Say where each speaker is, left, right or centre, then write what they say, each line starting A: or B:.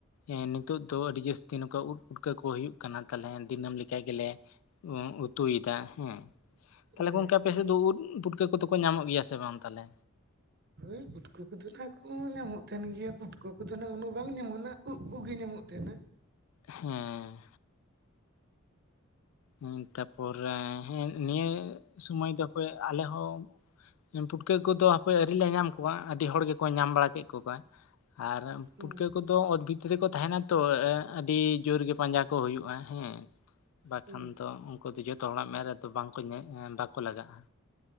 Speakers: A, on the left; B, on the right.
A: ᱮᱸ ᱱᱤᱛᱚᱜ ᱫᱚ ᱟᱹᱰᱤ ᱡᱟᱹᱥᱛᱤ ᱱᱚᱝᱠᱟ ᱩᱫ ᱯᱩᱴᱠᱟᱹ ᱠᱚ ᱦᱩᱭᱩᱜ ᱠᱟᱱᱟ ᱛᱟᱞᱦᱮ ᱫᱤᱱᱟᱹᱢ ᱞᱮᱠᱟ ᱜᱮᱞᱮ ᱚᱸ ᱩᱛᱩᱭᱮᱫᱟ ᱦᱮᱸ ᱛᱟᱦᱞᱮ
B: ᱦᱳᱭ
A: ᱜᱚᱝᱠᱮ ᱟᱯᱮ ᱥᱮᱫ ᱫᱚ ᱩᱫ ᱯᱩᱴᱠᱟᱹ ᱠᱚᱫᱚ ᱠᱚ ᱧᱟᱢᱚᱜ ᱜᱮᱭᱟ ᱥᱮ ᱵᱟᱝ ᱛᱟᱞᱮ
B: ᱦᱳᱭ ᱯᱩᱴᱠᱟᱹ ᱠᱚᱫᱚ ᱠᱷᱟᱡ ᱠᱚ ᱧᱟᱢᱚᱜ ᱛᱟᱦᱮᱱ ᱜᱮᱭᱟ ᱯᱩᱴᱠᱟᱹ ᱠᱚᱫᱚ ᱱᱟᱦᱟᱸᱜ ᱩᱱᱟᱹᱜ ᱵᱟᱝ ᱧᱟᱢᱚᱜᱱᱟ ᱩᱫ ᱠᱚᱜᱤ ᱧᱟᱢᱚᱜ ᱛᱟᱦᱮᱱᱟ᱾
A: ᱦᱮᱸ ᱦᱩᱸ ᱛᱟᱯᱚᱨᱮ ᱦᱮᱸ ᱱᱤᱭᱟᱹ ᱥᱩᱢᱚᱭ ᱫᱚ ᱦᱳᱭ ᱟᱞᱮ ᱦᱚᱸ ᱯᱩᱴᱠᱟᱹ ᱠᱚᱫᱚ ᱦᱟᱯᱮ ᱟᱹᱣᱨᱤ ᱞᱮ ᱧᱟᱢ ᱠᱚᱣᱟ ᱟᱹᱰᱤ ᱦᱚᱲ ᱜᱮᱠᱚ ᱧᱟᱢ ᱵᱟᱲᱟ ᱠᱮᱜ ᱠᱚᱣᱟ ᱟᱨ
B: ᱦᱳᱭ
A: ᱯᱩᱴᱠᱟᱹ ᱠᱚᱫ ᱫᱚ ᱚᱛ ᱵᱷᱤᱛ ᱨᱮᱠᱚ ᱛᱟᱦᱮᱱᱟ ᱛᱚ ᱟᱹᱰᱤ ᱡᱳᱨᱜᱮ ᱯᱟᱸᱡᱟ ᱠᱚ ᱦᱩᱭᱩᱜᱼᱟ ᱦᱮᱸ
B: ᱦᱳᱭ
A: ᱠᱷᱟᱱ ᱫᱚ ᱩᱝᱠᱩ ᱫᱚ ᱡᱚᱛᱚ ᱦᱚᱲᱟᱜ ᱢᱮᱫ ᱨᱮᱫᱚ ᱵᱟᱝᱠᱚ ᱧᱮ ᱮᱸ ᱵᱟᱠᱚ ᱞᱟᱜᱟᱜᱼᱟ᱾